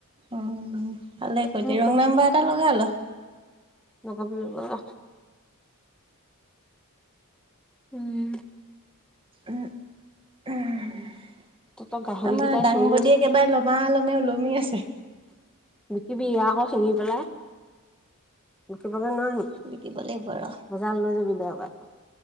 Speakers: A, on the right (about 25°); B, in the centre.
A: উম ভালে কৰিছ
B: ত
A: ৰং নাম্বাৰ এটা লগাই ল
B: নকবি এইবোৰ উম
A: উম উমমমম
B: তহঁতৰ গাহৰি
A: আমাৰ
B: কেইটা
A: দাংবদীয়ে
B: চিঞৰি আছে।
A: একেবাৰে লমা লমে ওলমি আছে
B: নকবি আকৌ চিঙি পেলাই উ ঘৰত নাই নিকি
A: বিকিব লাগিব ৰ।
B: বজাৰ লৈ যাবি দেওবাৰ